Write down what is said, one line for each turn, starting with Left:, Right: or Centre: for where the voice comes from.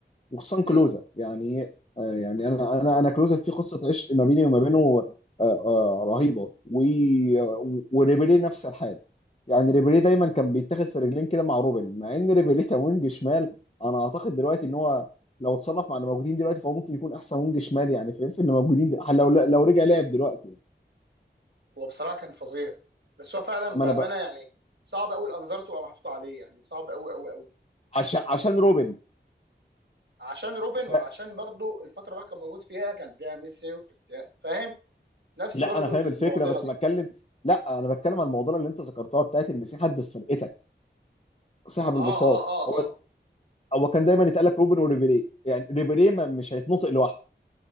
Left: وخصوصا كلوزا
Right: امم
Left: يعني آه يعني انا انا انا كلوزا في قصه عشق ما بيني وما بينه آه آه رهيبه و وريبيري نفس الحال يعني ريبيري دايما
Right: امم
Left: كان بيتاخد في رجلين كده مع روبن مع ان ريبيري كان وينج شمال انا اعتقد دلوقتي ان هو لو اتصنف مع اللي موجودين دلوقتي فهو ممكن يكون احسن وينج شمال يعني فاهم في اللي موجودين دلوقتي لو لو رجع لعب دلوقتي يعني.
Right: هو بصراحه كان فظيع بس هو فعلا
Left: اما
Right: بامانه
Left: انا بقى
Right: يعني صعب قوي الانظار تبقى محطوطه عليه يعني صعب قوي قوي قوي
Left: عشان عشان روبن
Right: عشان روبن وعشان
Left: ف-
Right: برضو الفتره اللي كان موجود فيها كان فيها ميسي وكريستيانو فاهم نفس
Left: لا
Right: برضو
Left: انا فاهم
Right: المعضله
Left: الفكره بس
Right: دي
Left: بتكلم لا انا بتكلم عن الموضوع اللي انت ذكرتها بتاعت ان في حد في فرقتك سحب
Right: اه
Left: البساط
Right: اه اه
Left: هو
Right: اه
Left: هو كان دايما يتقال لك روبن وريبيري يعني ريبيري ما- مش هيتنطق لوحده